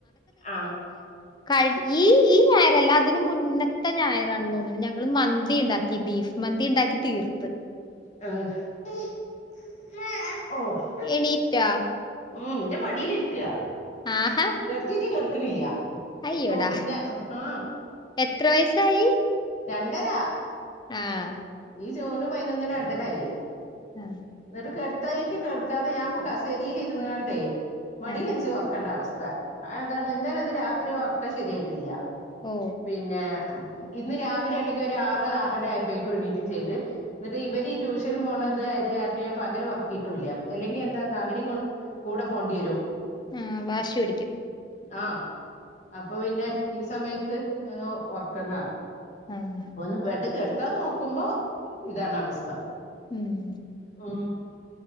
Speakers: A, on the left (about 40°); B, on the left (about 25°).
A: ആ.
B: കഴിഞ് ഈ ഈ ഞായർ അല്ല അതിന് മുന്നത്തെ ഞായറാണന്ന് തോന്ന്ണ് ഞങ്ങള് മന്തി ണ്ടാക്കി ബീഫ് മന്തി ണ്ടാക്കി തീർത്ത്.
A: <unintelligible>
B: എണീറ്റോ?
A: ഓ ഇന്റെ മടീല് ര്ക്കാ
B: ആഹാ
A: കെട്ത്തീറ്റ് കെട്ക്ക്ണില്ല്യാ
B: അയ്യോടാ
A: ഓ ങ്ക ആ
B: എത്ര വയസ്സായീ?
A: രണ്ടരാ
B: ആഹ്
A: ഈ ജൂണ് പയ്നൊന്നിന് രണ്ടരായി.
B: ആഹ്
A: ന്നിട്ട് കെട്ത്തയ്റ്റ് കെട്ക്കാതെ ഞാൻപ്പോ കസേരീല് ഇര്ന്ന്കാണ്ടേയ് മടീലെച്ച്
B: ആഹ്
A: ഒർക്കണ്ട അവസ് ത്താ അത് എന്താന്നോ ഇന്നലെ ഒന്നും രാത്രി ഒർക്കം ശരിയായ്ട്ടില്ല്യ
B: ഓ
A: പിന്നേ ഇന്ന് രാവിലെ ആണെങ്കി ഒരു ആറ് ആറര ആയപ്പഴേക്കും എണീറ്റും ചെയ്ത് എന്നിട്ട് ഇവര് ഈ ട്യൂഷന് പോണത് ആയത് കാര്ണം ഞാൻ പകലും ഒർക്കിയിട്ടും ഇല്ല്യാ അല്ലെങ്കി എന്താന്നാ അവരിം കൊണ്ട് കൂടെ പോണ്ടി വരും.
B: ആഹ് വാശി പിടിക്കും
A: ആ അപ്പൊ പിന്നെ ഈ സമയത്ത് അങ്ങ് ഒർക്ക്ന്നതാ.
B: ആഹ്
A: അപ്പൊ ഒന്ന് ബെഡ് കെടത്താൻ നോക്കുമ്പോ ഇതാണ് അവസ്ഥ.
B: ഉം
A: ഉം